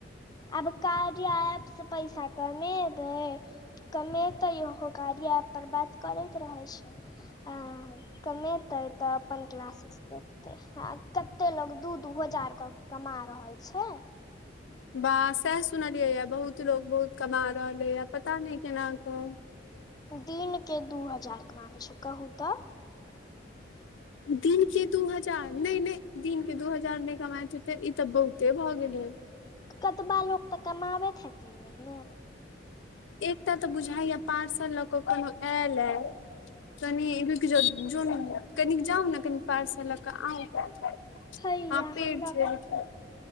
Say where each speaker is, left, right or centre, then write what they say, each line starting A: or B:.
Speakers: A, on the left; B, on the left.
A: आब कार्या ऐप से पैसा कमेबै कमेतै ओहो कार्य ऐप पर बात करैत रहै छै। कमेतै तऽ अपन क्लास लगते त कते लोग दू दू हजार क कमा रहल छै।
B: वाह, सैह सुनलियै ये बहुत लोग बहुत कमा रहलै ये, पता नै कोना कऽ।
A: दिन के दू हजार कमा लै छै कहू तऽ।
B: दिन के दू हजार नै नै दिन के दू हजार नहि कमाइत हेतै, इ तऽ बहुते भऽ गेलै।
A: कतबा लोक तऽ कमाबैत हेतै ने यै।
B: एकटा तऽ बुझाइये पार्सल लऽ कऽ कोनो आयलै। कनि रुकी जाऊ जो न जाउ ने कनि पार्सल लऽ कऽ। आंखि
A: हैया
B: आ पेट
A: हमरा
B: छै
A: को-
B: देखियौ।